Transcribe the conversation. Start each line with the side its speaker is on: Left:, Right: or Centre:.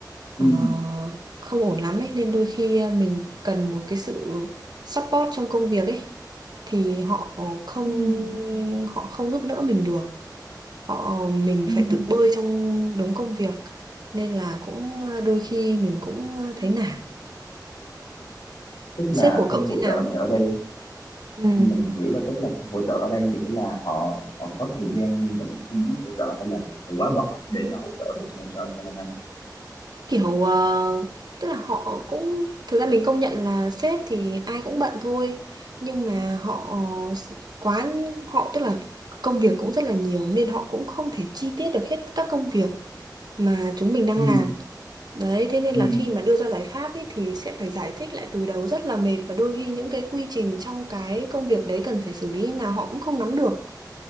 Left: ừ.
Right: ờ, không ổn lắm ấy nên đôi khi ờ, mình cần một cái sự support trong công việc ấy thì họ không
Left: ừ,
Right: họ không giúp đỡ mình được họ mình
Left: ừ.
Right: phải tự bơi trong đống công việc nên là cũng ờ, đôi khi mình cũng ờ, thấy nản
Left: tức là
Right: sếp của
Left: không
Right: cậu
Left: hỗ
Right: thế nào
Left: trợ này ở đây
Right: ừ.
Left: mình hiểu là tức là không hỗ trợ ở đây nghĩa là họ họ có thời gian nhưng vẫn không muốn hỗ trợ hay là họ quá bận để mà hỗ trợ được cho cho cho Lan Anh
Right: kiểu ờ, tức là họ cũng thực ra mình công nhận là sếp thì ai cũng bận thôi nhưng mà họ quá họ tức là công việc cũng rất là nhiều nên họ cũng không thể chi tiết được hết các công việc mà chúng mình đang
Left: ừ
Right: làm Đấy, thế nên
Left: ừ
Right: là khi mà đưa ra giải pháp ấy, thì sẽ phải giải thích lại từ đầu rất là mệt và đôi khi những cái quy trình trong cái công việc đấy cần phải xử lý là họ cũng không nắm được.